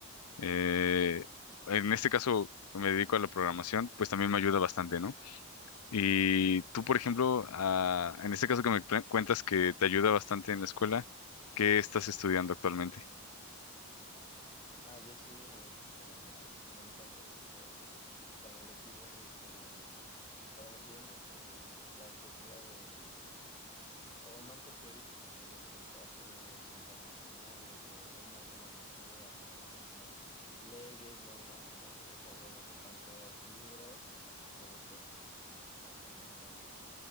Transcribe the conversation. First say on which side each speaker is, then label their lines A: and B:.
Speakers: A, on the left; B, on the left.
A: eh, en este caso me dedico a la programación, pues también me ayuda bastante, ¿no? Y tú, por ejemplo, a- en este caso que me pla- cuentas que te ayuda bastante en la escuela, ¿qué estás estudiando actualmente?
B: Ah, yo estudio negocios internacionales, entonces tipo, cuando le pido de que, cuando me piden de que me- la estructura del O un marco teórico sobre los contratos internacionales o un marco normativo, así que son como leyes, normas que tengo que sacar de no sé cuántos libros, es de que, <laughs> claro que no voy a leer.